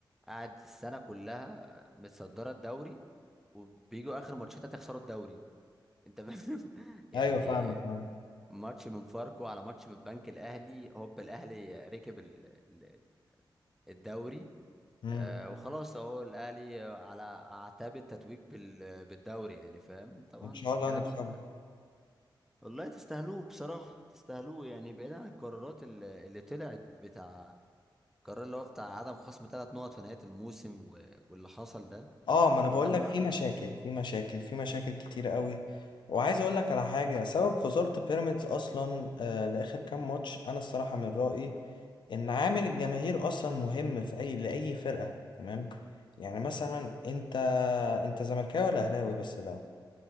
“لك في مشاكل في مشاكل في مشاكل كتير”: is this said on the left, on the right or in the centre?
Left